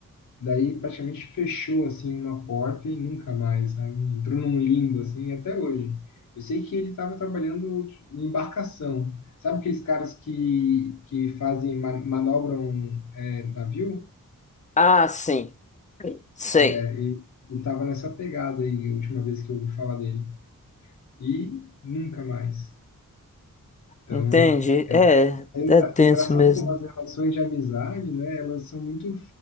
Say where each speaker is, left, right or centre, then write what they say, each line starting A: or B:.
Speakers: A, on the left; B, on the left.
A: Daí praticamente fechou, assim, uma porta e nunca mais, sabe? Entrou num limbo, assim, até hoje. Eu sei que ele estava trabalhando de- em embarcação. Sabe aqueles caras que, que fazem, ma- manobram, é, navio?
B: Ah, sim. Sei.
A: E, e nessa pegada aí, a última vez que eu ouvi falar dele. E nunca mais. Então,
B: Entendi.
A: é,
B: É,
A: é
B: é
A: engra-
B: tenso
A: é engraçado
B: mesmo.
A: como as relações de amizade, né, elas são muito,